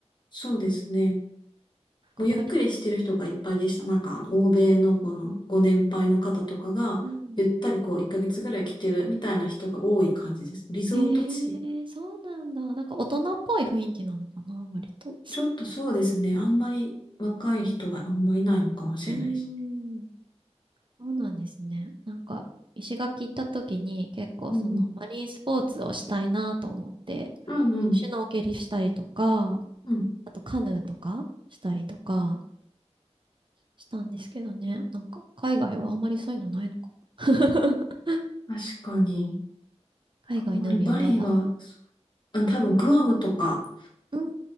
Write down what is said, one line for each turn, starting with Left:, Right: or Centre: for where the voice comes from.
Left: そうですね。
Right: かパリ。
Left: もうゆっくりしてる人がいっぱいでした。なんか、あの欧米のこのご年配の方とかが、
Right: うん。
Left: ゆったりこう、1ヶ月ぐらい来てるみたいな人が多い感じです。リゾート地
Right: ええそうなんだ。なんか大人っぽい雰囲気なのかな、割と。
Left: ちょっとそうですね。あんまり若い人はあんまりいないのかもしれないですね。
Right: うーん。そうなんですね。なんか、石垣行った時に結構そのマリンスポーツをしたいなと思って、
Left: うん。うんうん。
Right: シュノーケリしたりとか、
Left: うん。
Right: あとカヌーとかしたりとかしたんですけどね。なんか海外はあんまりそういうのないのかな。<laughs>
Left: 確かに。
Right: 海外の海はまだ。
Left: あんまりバリは、そうあ、多分グアムとか、
Right: うん